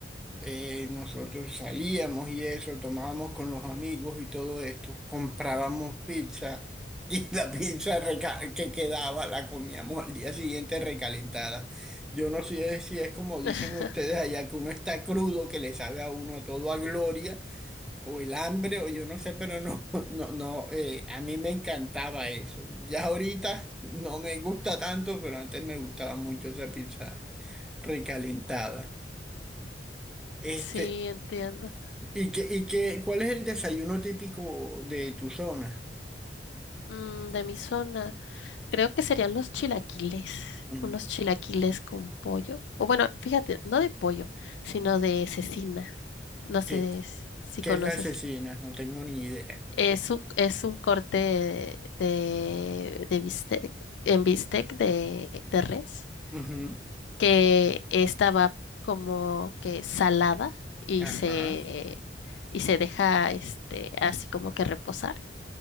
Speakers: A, in the centre; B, on the left.
A: eh, nosotros salíamos y eso, tomábamos con los amigos y todo esto, comprábamos pizza y <laughs> la pizza reca- que quedaba la comíamos al día siguiente recalentada. Yo no sé si es como dicen
B: <laughs>
A: ustedes allá, que uno está crudo, que le sabe a uno todo a gloria, o el hambre, o yo no sé, pero no, <laughs> no, no, eh, a mí me encantaba eso. Ya ahorita no me gusta tanto, pero antes me gustaba mucho esa pizza recalentada. Este,
B: Sí, entiendo.
A: ¿Y qué, y qué, cuál es el desayuno típico de tu zona?
B: Mm, de mi zona. Creo que serían los chilaquiles,
A: Mm,
B: unos chilaquiles con pollo. O bueno, fíjate, no de pollo, sino de cecina. No sé
A: ¿Qué,
B: s- si
A: qué
B: conoces.
A: es la cecina? No tengo ni idea.
B: Es un, es un corte de, de bistec, en bistec de, de res,
A: Ujú,
B: que estaba como que salada y
A: Ajá.
B: se, y se deja este, así como que reposar.